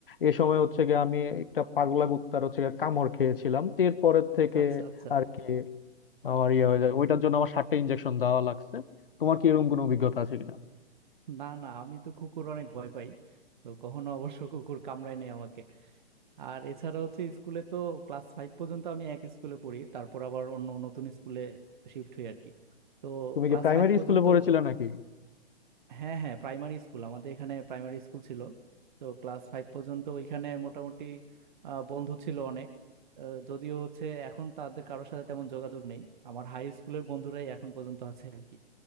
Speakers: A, on the left; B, on the right.
A: এ সময় হচ্ছে গিয়ে আমি একটা পাগলা কুত্তার হচ্ছে গিয়ে কামড় খেয়েছিলাম তো এরপরের থেকে
B: আচ্ছা আচ্ছা
A: আর কি আমার ইয়ে হয়ে যায় ওইটার জন্য আমার সাতটা ইনজেকশন দেওয়া লাগছে তোমার কি এরকম কোনো অভিজ্ঞতা আছে কিনা
B: না না আমি তো কুকুর অনেক ভয় পাই তো কখনো অবশ্য কুকুর কামড়ায় নাই আমাকে আর এছাড়া হচ্ছে স্কুলে তো ক্লাস ফাইভ পর্যন্ত আমি এক স্কুলে পড়ি তারপর আবার অন্য নতুন স্কুলে শিফট হই আর কি তো
A: তুমি
B: ক্লাস
A: কি প্রাইমারি
B: ফাইভ পর্যন্ত
A: স্কুলে পড়েছিলে নাকি
B: হ্যাঁ হ্যাঁ প্রাইমারি স্কুল আমাদের এখানে প্রাইমারি স্কুল ছিল তো ক্লাস ফাইভ পর্যন্ত ওইখানে মোটামুটি আহ, বন্ধু ছিল অনেক আহ, যদিও হচ্ছে এখন তাদের কারোর সাথে তেমন যোগাযোগ নেই আমার হাই স্কুলের বন্ধুরাই এখন পর্যন্ত আছে আর কি